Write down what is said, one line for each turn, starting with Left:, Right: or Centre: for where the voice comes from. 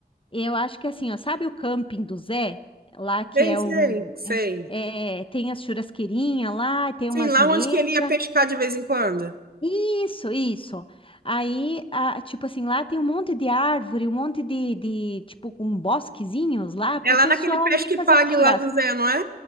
Left: eu acho que assim, ó, sabe o camping do Zé? Lá que
Right: Sei,
Left: é
Right: sei,
Left: um,
Right: sei.
Left: é, é, tem as churrasqueirinhas lá, tem
Right: Sim,
Left: umas
Right: lá
Left: mesas.
Right: onde que ele ia pescar de vez em quando.
Left: Isso, isso. Aí, a- tipo assim, lá tem um monte de árvore, um monte de, de tipo, com bosquezinhos lá para
Right: É lá
Left: o pessoal
Right: naquele pesque-pague
Left: ir fazer um churrasco.
Right: lá do Zé, não é?